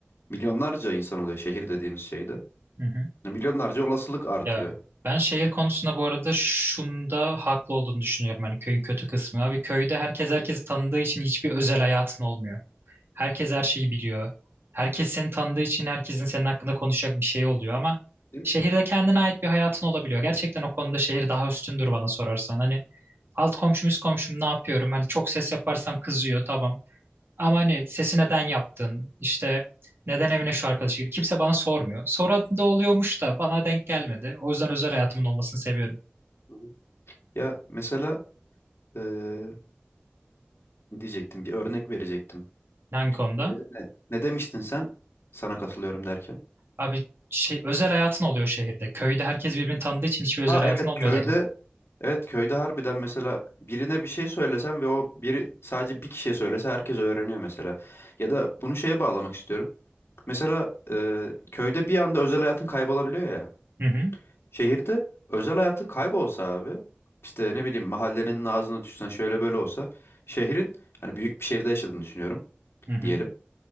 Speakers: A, on the left (about 80°); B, on the right (about 65°).
A: milyonlarca insan oluyor şehir dediğimiz şeyde.
B: hı hı.
A: Milyonlarca olasılık artıyor.
B: Ya ben şehir konusunda bu arada şunda haklı olduğunu düşünüyorum. Hani köyün kötü kısmı. Abi köyde herkes herkesi tanıdığı için hiçbir özel hayatın olmuyor. Herkes her şeyi biliyor. Herkes seni tanıdığı için herkesin senin hakkında konuşacak bir şey oluyor ama
A: Değil
B: şehirde
A: mi?
B: kendine ait bir hayatın olabiliyor. Gerçekten o konuda şehir daha üstündür bana sorarsan. Hani alt komşum üst komşum ne yapıyorum? Hani çok ses yaparsam kızıyor tamam. Ama hani sesi neden yaptın? İşte neden evine şu arkadaşı girdi? Kimse bana sormuyor. Soran da oluyormuş da bana denk gelmedi. O yüzden özel hayatımın olmasını seviyorum.
A: Hı hı. Ya mesela Ee, ne diyecektim? Bir örnek verecektim.
B: Hangi konuda?
A: Ne, de- ne, ne demiştin sen? Sana katılıyorum derken.
B: Abi şey, özel hayatın oluyor şehirde. Köyde herkes birbirini tanıdığı için hiçbir özel
A: Ha
B: hayatın
A: evet
B: olmuyor
A: köyde
B: dedim.
A: evet köyde harbiden mesela birine bir şey söylesen ve o biri sadece bir kişiye söylese herkes öğreniyor mesela. Ya da bunu şeye bağlamak istiyorum. Mesela e, köyde bir anda özel hayatın kaybolabiliyor ya.
B: Hı hı,
A: Şehirde özel hayatın kaybolsa abi işte ne bileyim mahallenin ağzına düşsen şöyle böyle olsa şehrin hani büyük bir şehirde yaşadığını düşünüyorum
B: hı hı.
A: diyelim.